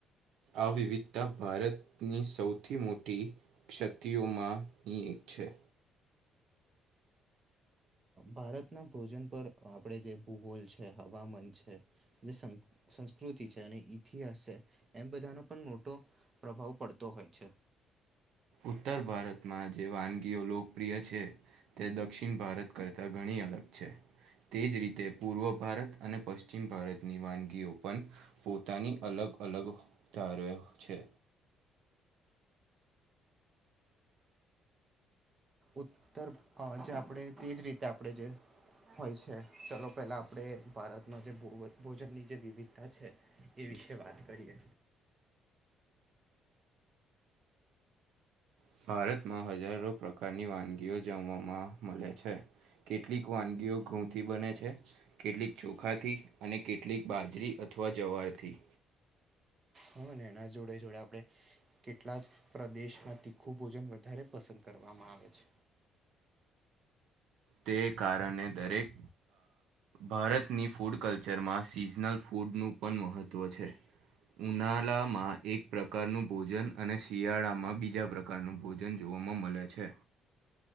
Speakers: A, on the right; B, on the right.
A: આ વિવિધતા ભારતની સૌથી મોટી ક્ષતિઓમાંની એક છે.
B: ભારતના ભોજન પર આપણે જે ભૂગોલ છે. હવામાન છે જે સંક સંસ્કૃતિ છે અને ઇતિહાસ છે એમ બધાનો પણ મોટો પ્રભાવ પડતો હોય છે.
A: ઉત્તર ભારતમાં જે વાનગીઓ લોકપ્રિય છે તે દક્ષિણ ભારત કરતા ઘણી અલગ છે. તે જ રીતે પૂર્વ ભારત અને પશ્ચિમ ભારતની વાનગીઓ પણ પોતાની અલગ અલગ અલગ ધારે્યો છે.
B: ઉત્તર અ જે આપણે તેજ રીતે આપણે જે હોય છે. ચલો પેલા આપણે ભારતમાં જે ભોજન ની જે વિવિધતા છે એ વિશે વાત કરીએ.
A: ભારતમાં હજારો પ્રકારની વાનગીઓ જમવામાં મળે છે. કેટલીક વાનગીઓ ઘઉંથી બને છે, કેટલીક ચોખાથી અને કેટલીક બાજરી અથવા જવારથી.
B: હ એના જોડે જોડે આપણે, કેટલા જ પ્રદેશમાં તીખું ભોજન વધારે પસંદ કર કરવામાં આવે છે.
A: તે કારણે દરેક ભારતની ફૂડ કલ્ચરમાં સિઝનલ ફૂડ ફૂડનું પણ મહત્ત્વ છે. ઉનાલા માં એક પ્રકારનું ભોજન અને શિયાળામાં બીજા પ્રકારનું ભોજન જો મલે છે.